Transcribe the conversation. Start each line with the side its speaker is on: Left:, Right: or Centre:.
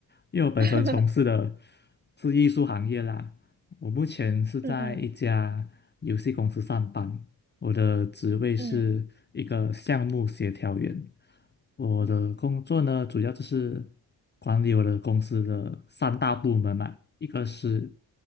Left: 因为我本身从事的
Right: <laughs>
Left: 是艺术行业啦。我目前是在一家游戏公司上班，
Right: 嗯嗯
Left: 我的职位是一个项目协调员。
Right: 嗯
Left: 我的工作呢，主要就是管理我的公司的三大部门嘛，一个是